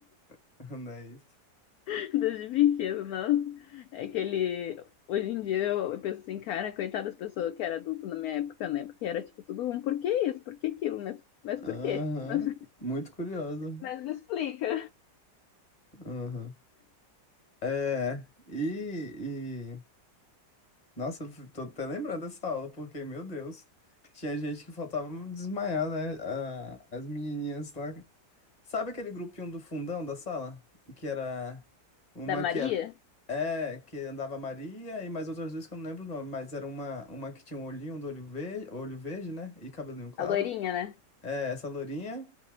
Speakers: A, on the left; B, on the left.
A: <laughs> Não é isso.
B: <laughs> Desde pequeno, nossa. É que ele. Hoje em dia eu, eu penso assim, cara, coitada das pessoas que era adulto na minha época, né? Porque era tipo tudo um, por que isso? Por que aquilo? Mas, mas
A: Aham.
B: por quê? <laughs> Mas,
A: Muito curiosa.
B: mas me explica.
A: Aham. É, e, e- nossa, eu f- tô até lembrando dessa aula, porque, meu Deus, tinha gente que faltava desmaiar, né? a- as menininhas lá. Sabe aquele grupinho do fundão da sala? Que era uma
B: Da Maria,
A: que era. É, que andava a Maria e mais outras duas que eu não lembro o nome, mas era uma, uma que tinha um olhinho do olho verde, olho verde, né? E cabelinho claro.
B: a loirinha, né?
A: É, essa lourinha.